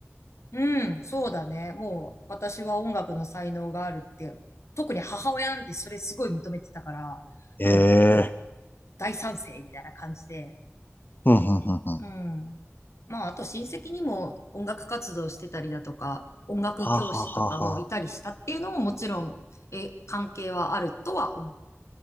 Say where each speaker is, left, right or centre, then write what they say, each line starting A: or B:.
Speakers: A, on the left; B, on the left.
A: うん、そうだね。もう私は音楽の才能があるって、特に母親なんてそれすごい認めてたから、
B: ええー。
A: もう大賛成みたいな感じで、
B: ふんふんふんふん。は
A: うん。まあ、あと親戚にも音楽活動してたりだとか、音楽教師とかもいたりしたっていうのももちろん、
B: あはあはあはあ。
A: え、関係はあるとは思